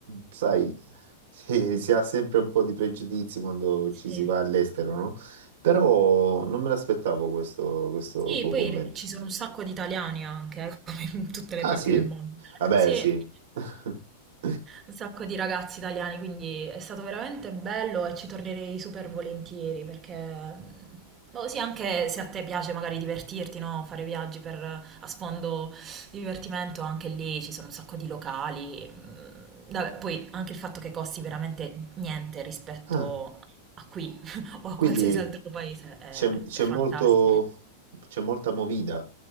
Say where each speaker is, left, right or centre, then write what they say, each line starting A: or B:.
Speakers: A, on the right (about 70°); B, on the right (about 25°).
A: sai, <laughs> si, si ha sempre un po' di pregiudizi quando
B: Sì.
A: ci si va all'estero, no? Però non me l'aspettavo questo, questo
B: Sì,
A: tuo
B: poi
A: commento.
B: ci sono un sacco di italiani anche, eh, <laughs> come in tutte le
A: Ah
B: parti
A: sì?
B: del mondo.
A: Vabbè,
B: Sì,
A: sì. <laughs>
B: un sacco di ragazzi italiani, quindi è stato veramente bello e ci tornerei super volentieri perché, boh, sì, anche se a te piace magari divertirti, no? Fare viaggi per, a sfondo divertimento, anche lì ci sono un sacco di locali. mm, Vabbè, poi anche il fatto che costi veramente niente rispetto
A: Ah,
B: a qui <laughs> o a
A: quindi
B: qualsiasi altro paese è,
A: c'è c'è
B: è fantastico.
A: molto, c'è molta movida.